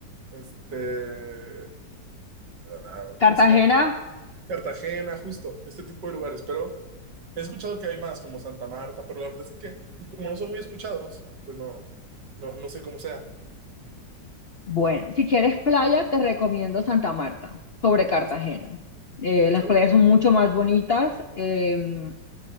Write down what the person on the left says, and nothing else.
¿Cartagena?
Bueno, si quieres playa, te recomiendo Santa Marta sobre Cartagena.
Eh, las
playas
son mucho más bonitas eh,